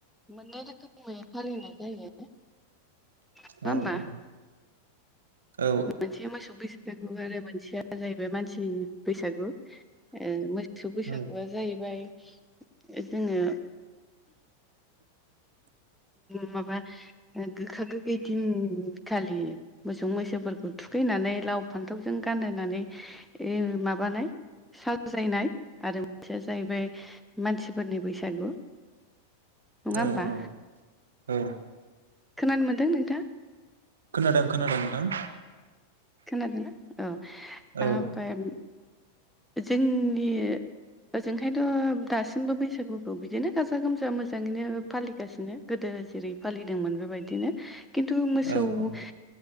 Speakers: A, in the centre; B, on the right (about 65°).
A: मोननै रोखोमै फालिनाय जायो। नङा होमबा
B: औ औ। औ
A: मोनसे मोसौ बेैस बैसागु आरो मोनसेया जाहैबाय मानसि बैसागु मो मोसौ बैसागुआ
B: औ
A: जाहैबाय जोङो।
B: <inaudible>
A: माबा गोखा गोखै दिनखालि मोसौ मैसोफोरखौ फैनानै लाव फान्थावजों गानहोनानै माबानाय साजायनाय आरो मोनसेया जाहैबाय मानसिफोरनि बैसागु नङा
B: औ
A: होमबा
B: औ औ।
A: खोनानो मोनदों नोंथां।
B: खोनादों खोनादों नोंथां।
A: खोनादोंना औ
B: औ
A: ओमफ्राय
B: <inaudible>
A: जोंनि ओजोंहायथ' दासिमबो बैसागुखौ बिदिनो गाजा गोमजा मोजाङैनो फालिगासिनो गोदो जेरै फालिदोंमोन बेबायदिनो खिन्थु मोसौ
B: औ
A: ओ